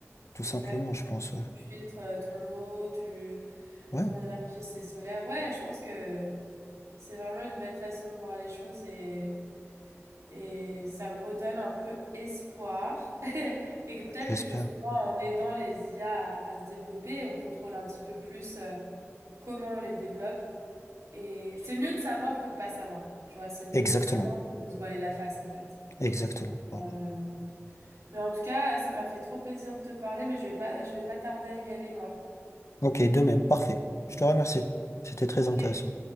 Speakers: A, on the left; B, on the right.
A: tout
B: exact.
A: simplement, je pense. Ouais,
B: Tu filtres euh, ton eau, tu,
A: Ouais,
B: ton énergie, c'est solaire. Ouais, je pense que c'est vraiment une belle façon de voir les choses et Et ça me redonne un peu espoir. <laughs> Et que peut-être
A: j'espère.
B: que justement, en aidant les IA à, à se développer, on contrôle un petit peu plus euh, comment on les développe. Et c'est mieux de savoir que de pas savoir. Tu vois, c'est mieux
A: Exactement,
B: de savoir que de se voiler la face, en fait.
A: exactement. Voilà.
B: Euh, mais en tout cas, ça m'a fait trop plaisir de te parler, mais je vais pas, je vais pas tarder à y aller, moi.
A: Ok, de même, parfait. Je te remercie. C'était très
B: Ok.
A: intéressant.